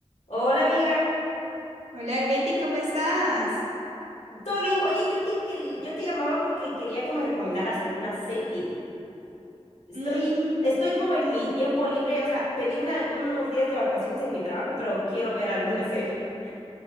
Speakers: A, on the left; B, on the right.
A: Hola amiga,
B: Hola Glendy, ¿cómo estás?
A: ¿todo bien? Oye, yo te querí- yo te llamaba porque quería que me recomendaras alguna serie. Estoy,
B: Mm,
A: estoy como en mi tiempo libre, o sea, pedí una- unos días de vacaciones en mi trabajo, pero quiero ver alguna serie. <laughs>